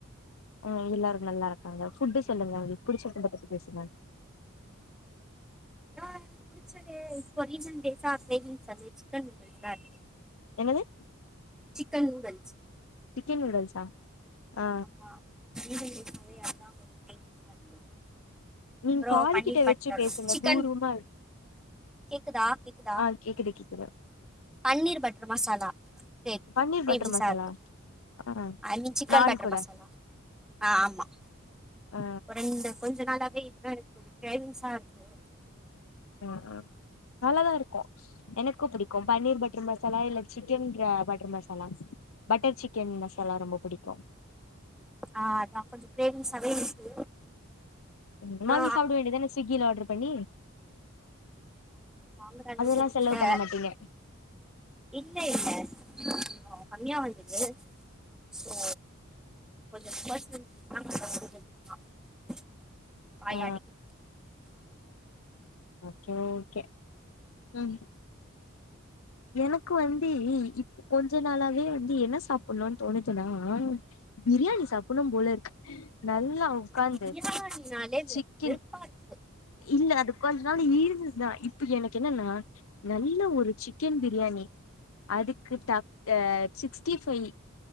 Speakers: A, on the left; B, in the centre.
A: ம் எல்லாரு நல்லா இருக்காங்க ஃபுட்டு சொல்லுங்க உங்ளுக்கு புடிச்ச ஃபுட்ட பத்தி பேசுங்க
B: ஆ சரி இப்போ ரீசன்ட் டேசா பேகிங் சாண்ட்விச் சிக்கன் பிரியாணி
A: என்னது
B: சிக்கன் நூடுல்ஸ்
A: சிக்கன் நூடுல்ஸா ஆ
B: ஆமா வீக் எண்டு டேஸ்னாவே அதா கொஞ்ச மெய்ன் டிஷ்ஷா இருக்கு
A: நீங்க
B: அப்றோ
A: காது
B: பன்னீர்
A: கிட்ட
B: பட்டர்
A: வச்சு பேசுங்க
B: சிக்கன்
A: தூரமா இரு
B: கேக்குதா கேக்குதா
A: ஆ கேக்குது கேக்குது
B: பன்னீர் பட்டர் மசாலா கே
A: பன்னீர்
B: கிரேவிங்சாருக்கு
A: பட்டர் மசாலா ஆ
B: ஐ மீன் சிக்கன்
A: நான்
B: பட்டர்
A: கூட
B: மசாலா ஆ ஆமா
A: ஆ
B: ஒ ரெண்டு கொஞ்ச நாளாவே இதா எனக் கொஞ்ச கிரேவிங்ஸா இருக்கு
A: ஆ ஆ நல்லாதா இருக்கு எனக்கு பிடிக்கு பன்னீர் பட்டர் மசாலா இல்ல சிக்கன் க பட்டர் மசாலாஸ் பட்டர் சிக்கன் மசாலா ரொம்ப புடிக்கு
B: ஆ அதா கொஞ்ச கிரேவிங்சாவே இருக்கு
A: ம்
B: ஆனா
A: வாங்கி சாப்ட வேண்டிதான ஸ்விக்கில ஆர்டர் பண்ணி
B: வாங்குற அளவுக்கு
A: அதெல்லா
B: என்கிட்ட
A: செலவு பண்ண மாட்டிங்க
B: இல்ல இல்ல இது கொஞ்ச கமியா வந்துது சோ கொஞ்ச பர்ஸ்னல் டீல்ஸ்லா <unintelligible> வாயாடிக்கு
A: ஆ ஓகே ஓகே ம் எனக்கு வந்து இப்ப கொஞ்ச நாளாவே வந்து என்ன சாப்டணுன் தோணுதுனா பிரியாணி சாப்பிடணு போல இருக்கு நல்லா உக்காந்து
B: பிரியாணினாலே
A: சிக்கன்
B: வெறுப்பாருக்கு
A: இல்ல அது கொஞ்ச நாள் இருந்துதுதா இப்ப எனக்கு என்னனா நல்ல ஒரு சிக் கென் பிரியாணி அதுக்கு டாப்ட்ட சிக்ஸ்டி ஃபை